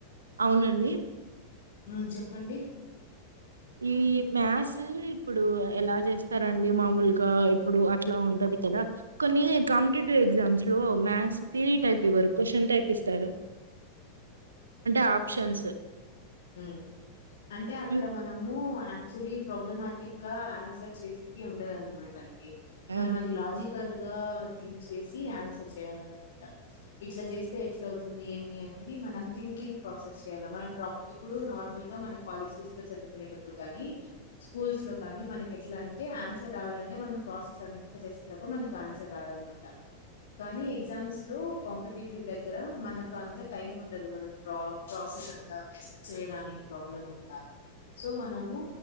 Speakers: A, on the right; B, on the left.
A: అవునండి
B: మ్ చెప్పండి
A: ఈ మ్యాథ్స్ ఇప్పుడు ఎలా చేస్తారండి మామూలుగా ఇప్పుడు అట్లా ఉంటది కదా కొన్ని కాంపిటేటివ్ ఎగ్జామ్స్ లో మ్యాథ్స్ తో్యారి టైప్ ఇవ్వరు క్వశ్చన్ టైప్ ఇస్తారు అంటే ఆప్షన్స్
B: మ్ అంటే అక్కడ
A: హ్మ్.
B: మనం ము యాక్చువలీ ప్రాబ్లమాటిక్ గా ఆన్సర్ చేసేకి ఉండేదన్నమాట అండి మనం
A: ఆ!
B: అది లాజికల్ గా థింక్ చేసి ఆన్సర్ చేయాలంట ఇట్లా చేస్తే ఎట్ల అవుతుంది ఏమి అనేది మనం థింకింగ్ ప్రాసెస్ చేయాలే మనం ప్రాబ్లం ఇప్పుడు నార్మల్ గా మన కాలేజెస్ లో చదువుకునేటప్పుడు కానీ స్కూల్స్ లో కానీ మనకి ఎట్లా అంటే ఆన్సర్ రావాలంటే మనం ప్రాసెస్ అంత చేస్ తప్ప మనకు ఆన్సర్ రాధన్నమాట కానీ ఎగ్జామ్స్ లో కాంపిటేటివ్ దగ్గర మనకు అంత టైం ఉండదు మనం ప్రా ప్రాసెస్ అంత చేయడానికి ప్రాబ్లం అంతా సో మనము